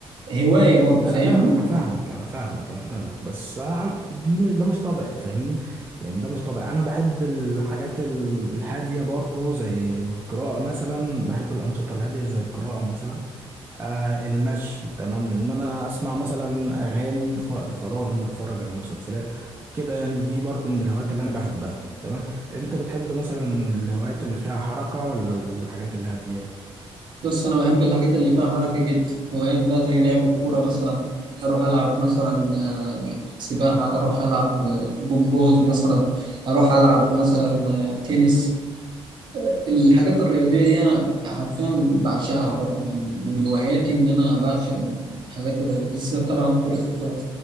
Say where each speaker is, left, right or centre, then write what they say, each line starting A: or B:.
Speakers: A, on the right; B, on the right.
A: هواية برضه فاهمني
B: انا فاهم انا فاهمك انا فاهمك انا فاهمك بس أنا دي م- ده مش طبيعي فاهمني يعني ده مش طبيعي انا بحب الحاجات ال- الهاديه برضو زي القراءه مثلا بحب الانشطه الهاديه زي القراءه مثلا آه المشي تمام ان انا اسمع مثلا اغاني في وقت فراغي اتفرج على مسلسلات كده يعني دي برضو من الهوايات اللي انا بحبها تمام انت بتحب مثلا الهوايات اللي فيها حركه ولا الحاجات الهاديه
A: بص أنا بحب الحاجات اللي فيها حركة جدا هوايات بقى زي لعب الكورة مثلا أروح ألعب مثلا آه، سباحة أروح ألعب آه، جمباز مثلا أروح ألعب مثلا آه، تنس الحاجات الرياضية دي أنا حرفيا بعشقها برضه يعني من هواياتي إن أنا بعشق الحاجات الرياضية بالذات طبعا كرة القدم